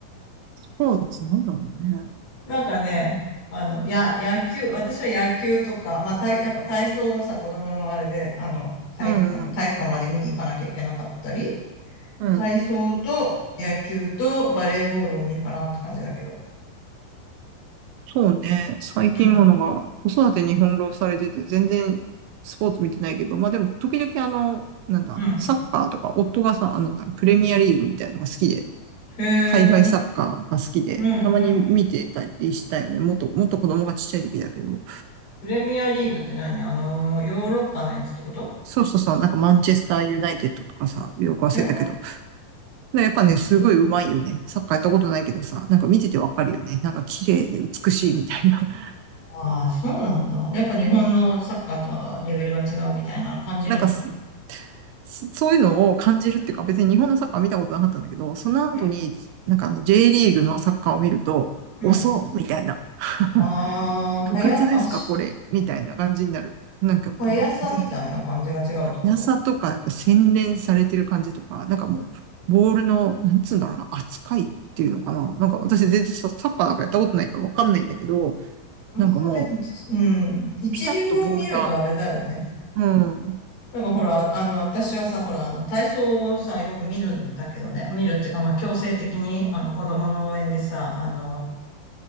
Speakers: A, on the right (about 80°); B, on the left (about 80°).
A: ポーツなんだろうね。
B: なんかね、あの、や、野球、私は野球とか、まあ体、やっぱ体操をさ、子供のあれで、あの、体、
A: うんうん、
B: あの体育館まで見に行かなきゃいけなかったり、
A: うん。
B: 体操と野球とバレーボールを見るかなって感じだけど。
A: そうね。最近ものが、
B: うん。
A: 子育てに翻弄されてて、全然スポーツ見てないけど、まあでも、時々あの、なんだ、
B: うん。
A: サッカーとか、夫がさ、あの、プレミアリーグみたいなのが好きで、
B: へえ、
A: 海外サッカーが好きで、
B: うん、
A: たまに見てたりしたよね。
B: うん。
A: もっと、もっと子供がちっちゃい時だけど。
B: プレミアリーグって何あの、ヨーロッパのやつってこと
A: そうそうそう、なんかマンチェスターユナイテッドとかさ、よく忘れたけど。
B: へえ、
A: やっぱね、すごい上手いよね。サッカーやったことないけどさ、なんか見ててわかるよね。なんか綺麗で美しいみたいな。<laughs>
B: ああー、そうなんだ。やっぱ日本のサッカーとはレベルが違うみたいなの感じるのか
A: なんかすそういうのを感じるっていうか、別に日本のサッカー見たことなかったんだけど、その後に、
B: な
A: なんかあの J リーグのサッカーを見ると、
B: うん、
A: 遅うみたいな。
B: うん。
A: <laughs>
B: ああ、
A: 部活ですかこれみたいな感じになる。
B: はや、あし、
A: なんかやっぱね、
B: 速さみたいな感じが違うってこと
A: 全然やさとか、やっぱ洗練されてる感じとか、なんかもう、ボールの、なんつうんだろうな、扱いっていうのかな。なんか私全然サッカーなんかやったことないからわかんないんだけど、
B: うんまあでも、
A: なんかもう、
B: つうん、一流を見るとあれだよね。
A: ピタッとボールが、うん、うん、
B: だからほら、あの、私はさ、ほら、あの、体操をさ、よく見るんだけどね、見るっていうか、まあ、強制的に、あの、子供の応援でさ、あの、